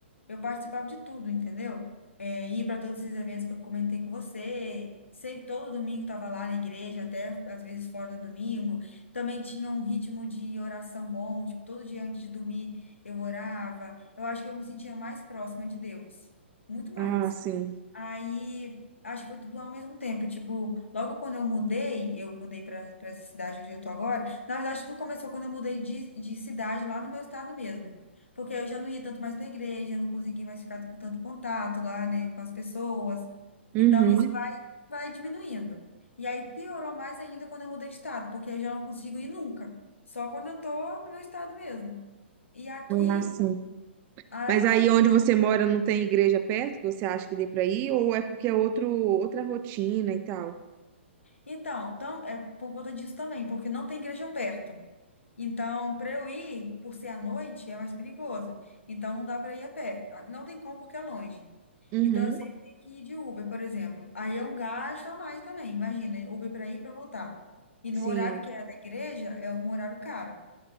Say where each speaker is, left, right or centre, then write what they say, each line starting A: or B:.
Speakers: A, on the left; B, on the right.
A: Eu participava de tudo, entendeu? É, ia para todos esses eventos que eu comentei com você. Sei, todo domingo estava lá na igreja, até às vezes fora do domingo. Também tinha um ritmo de oração bom, tipo, todo dia antes de dormir eu orava. Eu acho que eu me sentia mais próxima de Deus, muito mais.
B: Ah, sim.
A: Aí, acho que foi tudo ao mesmo tempo. Tipo, logo quando eu mudei, eu mudei para essa cidade onde eu tô agora. Na verdade, tudo começou quando eu mudei de, de cidade lá no meu estado mesmo. Porque eu já não ia tanto mais pra igreja, não conseguia mais ficar com tanto contato lá, né, com as pessoas.
B: Uhum.
A: Então, isso vai, vai diminuindo. E aí piorou mais ainda quando eu mudei de estado, porque eu já não consigo ir nunca. Só quando eu tô no meu estado mesmo. E aqui,
B: Ah, sim.
A: a
B: Mas
A: aqui
B: aí onde você mora não tem igreja perto que você acha que dê para ir? Ou é porque é outro, outra rotina e tal?
A: Então, tam- é por conta disso também, porque não tem igreja perto. Então, para eu ir, por ser à noite, é mais perigoso. Então, não dá para ir a pé. Ah, Não tem como porque é longe.
B: Uhum.
A: Então, eu sempre tenho que ir de Uber, por exemplo. Aí é um gasto a mais também. Imagina, Uber para ir e para voltar. E no
B: Sim.
A: horário que é da igreja, é um horário caro.